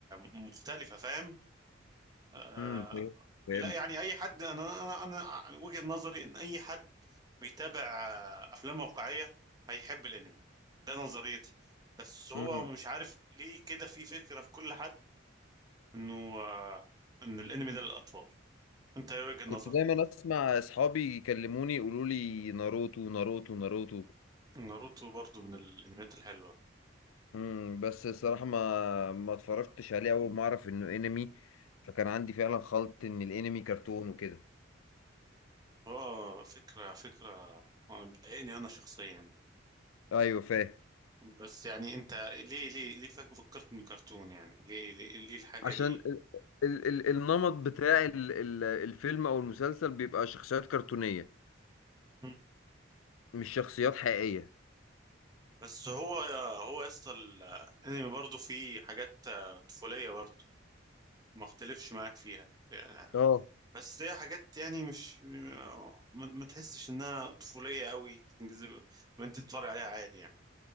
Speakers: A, on the right; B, on the left.
A: مختلفة فاهم آه
B: امم فهمت- فهمتك
A: لا يعني اي حد انا انا انا عن وجهة نظري ان اي حد بيتابع آه افلام واقعية هيحب الانمي ده نظريتي بس هو
B: امم
A: مش عارف ليه كده في فكرة في كل حد انه آه، ان الانمي ده للاطفال انت ايه وجهة
B: كنت
A: نظرك
B: دايما اسمع اصحابي يكلموني يقولوا لي ناروتو ناروتو ناروتو
A: ناروتو برضو من الانميات الحلوه
B: امم بس الصراحة ما ما اتفرجتش عليه أول ما أعرف إنه أنمي فكان عندي فعلا خلط إن الأنمي كرتون وكده
A: اه فكره فكره آه، بتضايقني انا شخصيا
B: أيوه فاهم
A: بس يعني انت ليه ليه ليه فك- فكرت من كرتون يعني ليه ليه, ليه الحاجه
B: عشان
A: دي
B: ال ال ال النمط بتاع ال ال الفيلم او المسلسل بيبقى شخصيات كرتونية
A: مم.
B: مش شخصيات حقيقية
A: بس هو هو يا اسطى الانمي برضو فيه حاجات آه، طفوليه برضو ما اختلفش معاك فيها يعني
B: اه
A: بس هي حاجات يعني مش آه، ما, ما تحسش انها طفوليه قوي تنجذب وانت تتفرج عليها عادي يعني